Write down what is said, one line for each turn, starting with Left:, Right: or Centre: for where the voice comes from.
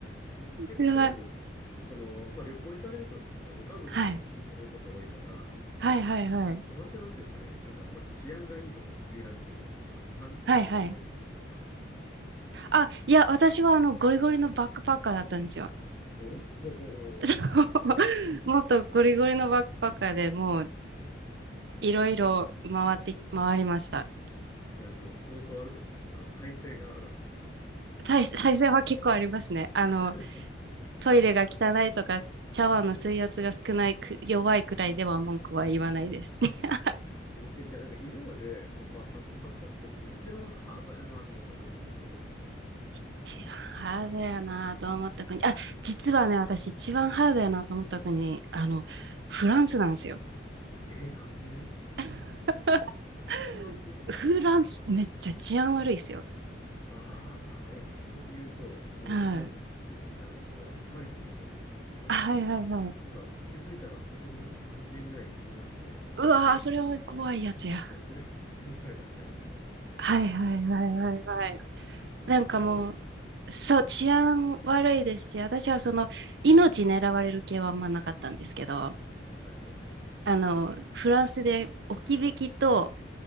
Left: 結構あれです。
Right: やばい。
Left: その、まあ、旅行行かれるとしたら、ご家族で行かれることが多いから、
Right: はい。はいはいはい。
Left: 割となんですかね、なんか、まあ、治安がいいところに限られてるというか、観光地がメインって感じですかね。
Right: はいはい。あ、いや、私はあの、ゴリゴリのバックパッカーだったんですよ。
Left: おお、
Right: そう。<laughs>
Left: なんですか。
Right: もっとゴリゴリのバックパッカーでもう、いろいろ回って、回りました。
Left: じゃあもう相当あれですね。あの、体制があるわけですね。
Right: 再、再生は結構ありますね。あの、
Left: <laughs>
Right: トイレが汚いとか、シャワーの水圧が少ないく、弱いくらいでは文句は言わないです。<laughs>
Left: え、えじゃあなんか今まで、まあ、バックパッカーしてきて、一番ハードやなと思った国ってどこです
Right: 一番ハードやなと思った国。あ、実はね、私一番ハードやなと思った国、あの、フランスなんですよ。
Left: えーなんで
Right: <laughs>
Left: なんでなんですかフランス
Right: フランスめっちゃ治安悪いですよ。
Left: ああ、いや、まあ、それで言うと、僕の友達も一人でフランス、
Right: はい。
Left: あの、パリに旅行行ったんですけど、
Right: はいはいはい。
Left: なんか気づいたら黒人の人8人ぐらいに囲まれてて、あの、
Right: うわー、
Left: 強盗を
Right: それは怖いやつや。
Left: こう攻め、<laughs> 攻められたみたいなことありましたね。
Right: はいはいはいはいはい。
Left: ほんまに悪い。
Right: なんかもう、そう、治安悪いですし、私はその、命狙われる系はあんまなかったんですけど、
Left: はいはいはい。
Right: あの、フランスで置き引きと、